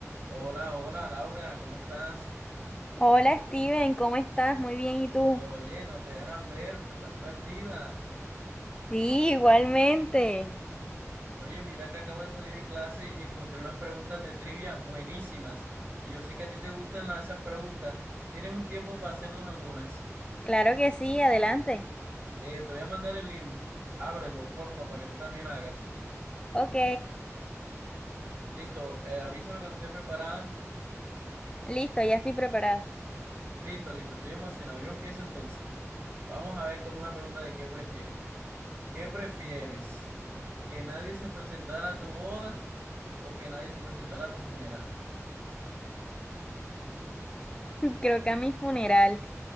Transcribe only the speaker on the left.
Hola Steven, ¿cómo estás? Muy bien, ¿y tú?
Sí, igualmente.
Claro que sí, adelante.
Ok,
listo, ya estoy preparada.
<laughs> Creo que a mi funeral,